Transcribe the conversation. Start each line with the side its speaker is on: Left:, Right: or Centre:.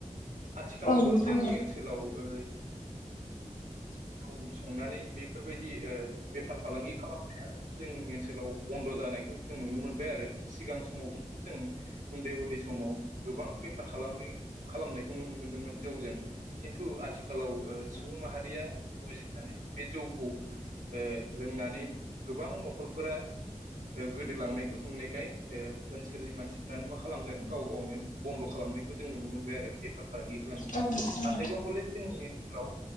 Right: आथिखालावथ'
Left: औ नोंथां
Right: जोंनि ओनसोलाव ओ
Left: <inaudible>
Right: थौ संनानै बेफोर बायदि ओ बेफार फालांगि खालामनो हाया आरो जोंनि ओनसोलाव बन्द' जानायखौ जों नुनो मोनबाय आरो सिगां समाव खिन्थु जों उन्दै उन्दै समाव गोबां बेफार फालांगि खालामनायखौ नुनो मोनदोंमोन जौजों खिन्थु आथिखालाव सुबुं माहारिया बुजिनानै बे जौखौ लोंनानै गोबां न'खरफोरा गोदोलांनायखौ नुनायखाय ओनसोलनि मानसिफ्रानो मा खालामदों गाव गावनो बन्द खालामनायाय खौ जों नुनो मोनबाय आरो बेफार फालांगि खालामनायखौ
Left: औ नोंथां
Right: नाथायबा हले जोंनि ओनसोलाव